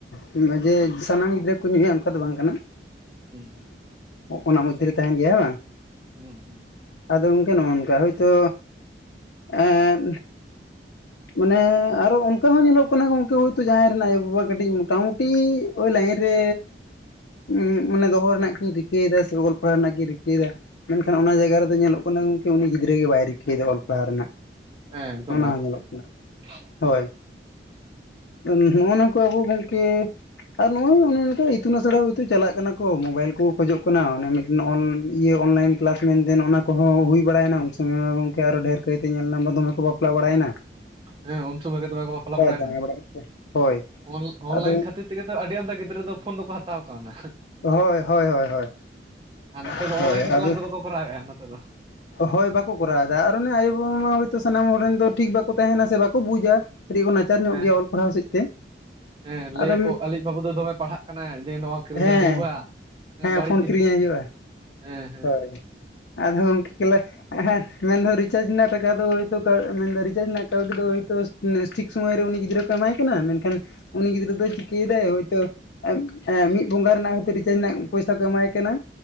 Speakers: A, on the left; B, on the right.
A: ᱦᱮᱸ ᱦᱮᱸ ᱡᱮ ᱥᱟᱱᱟᱢ ᱜᱤᱫᱽᱨᱟᱹ ᱠᱚ ᱧᱩᱭᱟ ᱚᱱᱠᱟ ᱫᱚ ᱵᱟᱝ ᱠᱟᱱᱟ
B: ᱦᱩᱸ ᱦᱩᱸ
A: ᱚᱱᱟ ᱢᱚᱫᱽᱫᱷᱮ ᱨᱮ ᱛᱟᱦᱮᱸᱱ ᱜᱮᱭᱟ ᱦᱮᱸ ᱵᱟᱝ?
B: ᱦᱩᱸ ᱦᱩᱸ
A: ᱟᱫᱚ ᱜᱚᱝᱠᱮ ᱱᱚᱜ-ᱱᱚᱝᱠᱟ ᱦᱳᱭᱛᱳ ᱮᱸ ᱢᱟᱱᱮ ᱟᱨᱚ ᱚᱱᱠᱟ ᱦᱚᱸ ᱧᱮᱞᱚᱜ ᱠᱟᱱᱟ ᱜᱚᱝᱠᱮ ᱦᱳᱭᱛᱳ ᱡᱟᱦᱟᱸᱭ ᱨᱮᱱᱟᱜ ᱟᱭᱳ ᱵᱟᱵᱟ ᱠᱟᱹᱴᱤᱡ ᱢᱚᱴᱟᱢᱩᱴᱤ ᱳᱭ ᱞᱟᱭᱤᱱ ᱨᱮ ᱩ ᱢᱟᱱᱮ ᱫᱚᱦᱚ ᱨᱮᱱᱟᱜ ᱠᱤᱱ ᱨᱤᱠᱟᱹᱭᱫᱟ ᱥᱮ ᱚᱞ ᱯᱟᱲᱦᱟᱣ ᱨᱮᱱᱟᱜ ᱠᱤᱱ ᱨᱤᱠᱟᱹᱭᱫᱟ ᱢᱮᱱᱠᱷᱟᱱ ᱚᱱᱟ ᱡᱟᱭᱜᱟ ᱨᱮᱫᱚ ᱧᱮᱞᱚᱜ ᱠᱟᱱᱟ ᱜᱚᱝᱠᱮ ᱩᱱᱤ ᱜᱤᱫᱽᱨᱟᱹ ᱜᱮ ᱵᱟᱭ ᱨᱤᱠᱟᱹᱭᱫᱟ ᱚᱞ ᱯᱟᱲᱦᱟᱣ ᱨᱮᱱᱟᱜ
B: ᱦᱮᱸ ᱮᱠᱫᱚᱢ
A: ᱱᱚ-ᱱᱚᱣᱟ
B: ᱵᱟᱭ ᱨᱩᱠᱷᱤᱭᱟᱹ
A: ᱧᱮᱞᱚᱜ ᱦᱳᱭ,
B: ᱦᱩᱸ
A: ᱱᱚᱜᱼᱚ ᱱᱚᱣᱟ ᱠᱚ ᱟᱵᱚ ᱜᱚᱝᱠᱮ ᱟᱨ ᱱᱚᱜᱼᱚᱭ ᱚᱱᱮ ᱚᱱᱠᱟ ᱤᱛᱩᱱ ᱟᱥᱲᱟ ᱦᱚᱭᱛᱳ ᱪᱟᱞᱟᱜ ᱠᱟᱱᱟ ᱠᱚ ᱢᱳᱵᱟᱭᱤᱞ ᱠᱚᱠᱚ ᱠᱷᱚᱡᱚᱜ ᱠᱟᱱᱟ ᱚᱱᱮ ᱢᱤᱫᱴᱮᱱ ᱚᱱ ᱤᱭᱟᱹ ᱚᱱᱞᱟᱭᱤᱱ ᱠᱮᱞᱟᱥ ᱢᱮᱱᱛᱮᱱ ᱚᱱᱟ ᱠᱚᱦᱚᱸ ᱦᱩᱭ ᱵᱟᱲᱟᱭᱱᱟ ᱩᱱ ᱥᱚᱢᱚᱭ ᱢᱟ ᱜᱚᱢᱠᱮ ᱟᱨ ᱰᱷᱮᱨ ᱠᱟᱭᱛᱮ ᱧᱮᱞᱱᱟ ᱫᱚᱢᱮ ᱠᱚ ᱵᱟᱯᱞᱟ ᱵᱟᱲᱟᱭᱱᱟ
B: ᱦᱮᱸ ᱩᱱ ᱥᱚᱢᱚᱭ ᱜᱮ ᱫᱚᱢᱮ ᱠᱚ ᱵᱟᱯᱞᱟ ᱵᱟᱲᱟᱭᱱᱟ,
A: ᱡᱟᱶᱟᱭ ᱵᱟᱲᱟ ᱠᱮᱫ ᱠᱚᱣᱟ ᱦᱳᱭ
B: ᱚᱱ ᱚᱱᱞᱟᱭᱤᱱ
A: ᱟᱫᱚ
B: ᱠᱷᱟᱹᱛᱤᱨ ᱛᱮᱜᱮ ᱛᱚ ᱟᱹᱰᱤ ᱟᱢᱫᱟ ᱜᱤᱫᱽᱨᱟᱹ ᱫᱚ ᱯᱷᱳᱱ ᱫᱚᱠᱚ ᱦᱟᱛᱟᱣ ᱠᱟᱣᱱᱟ
A: ᱦᱳᱭ ᱦᱳᱭ ᱦᱳᱭ ᱦᱳᱭ
B: ᱟᱨ ᱱᱚᱛᱮ
A: ᱦᱳᱭ
B: ᱫᱚ ᱚᱱᱞᱟᱭᱤᱱ
A: ᱟᱫᱚ
B: ᱠᱞᱟᱥ ᱫᱚ ᱵᱟᱠᱚ ᱠᱚᱨᱟᱣᱮᱫᱼᱟ, ᱱᱚᱛᱮ ᱫᱚ
A: ᱦᱳᱭ ᱵᱟᱠᱚ ᱠᱚᱨᱟᱣᱫᱟ ᱟᱨ ᱚᱱᱮ ᱟᱭᱳ ᱵᱟᱵᱟ ᱢᱟ ᱦᱚᱭᱛᱳ ᱥᱟᱱᱟᱢ ᱦᱚᱲ ᱨᱮᱱ ᱫᱚ ᱴᱷᱤᱠ ᱵᱟᱠᱚ ᱛᱟᱦᱮᱸᱱᱟ ᱥᱮ ᱵᱟᱠᱚ ᱵᱩᱡᱟ ᱠᱟᱹᱴᱤᱡ ᱠᱚ ᱱᱟᱪᱟᱨ ᱧᱚᱜ
B: ᱦᱮᱸ
A: ᱜᱮᱭᱟ ᱚᱞ ᱯᱟᱲᱦᱟᱣ ᱥᱮᱫ ᱛᱮ,
B: ᱦᱮᱸ ᱞᱟᱹᱭᱟᱠᱚ
A: ᱟᱫᱚ
B: ᱟᱹᱞᱤᱡ ᱵᱟᱹᱵᱩ ᱫᱚ ᱫᱚᱢᱮ ᱯᱟᱲᱦᱟᱜ ᱠᱟᱱᱟᱭ ᱡᱮ ᱱᱚᱣᱟ ᱠᱤᱨᱤᱧᱟᱭ
A: ᱦᱮᱸ
B: ᱦᱩᱭᱩᱜᱼᱟ
A: ᱦᱮᱸ
B: ᱵᱟᱹᱲᱤᱡ
A: ᱯᱷᱳᱱ
B: ᱡᱤᱱᱤᱥ
A: ᱠᱤᱨᱤᱧᱟᱭ
B: ᱦᱮᱸ
A: ᱦᱩᱭᱩᱜᱼᱟ,
B: ᱦᱮᱸ
A: ᱦᱳᱭ
B: ᱦᱮᱸ
A: ᱟᱫᱚ ᱜᱚᱢᱠᱮ <unintelligible> ᱢᱮᱱᱫᱚ ᱨᱤᱪᱟᱨᱡᱽ ᱨᱮᱱᱟᱜ ᱴᱟᱠᱟ ᱫᱚ ᱦᱤᱭᱛᱳ, ᱢᱮᱱᱫᱚ ᱨᱤᱪᱟᱨᱡᱽ ᱨᱮᱱᱟᱜ ᱠᱟᱹᱣᱰᱤ ᱫᱚ ᱦᱳᱭᱛᱳ ᱴᱷᱤᱠ ᱥᱚᱢᱚᱭ ᱨᱮ ᱩᱱᱤ ᱜᱤᱫᱽᱨᱟᱹ ᱠᱚ ᱮᱢᱟᱭ ᱠᱟᱱᱟ ᱢᱮᱱᱠᱷᱟᱱ ᱩᱱᱤ ᱜᱤᱫᱽᱨᱟᱹ ᱫᱚᱭ ᱪᱤᱠᱟᱹᱭ ᱫᱟᱭ ᱦᱚᱭ ᱛᱚ ᱮᱸ ᱢᱤᱫ ᱵᱚᱸᱜᱟ ᱨᱮᱱᱟᱜ <unintelligible> ᱨᱤᱪᱟᱨᱡᱽ ᱨᱮᱱᱟᱜ ᱯᱚᱭᱥᱟ ᱠᱚ ᱮᱢᱟᱭ ᱠᱟᱱᱟ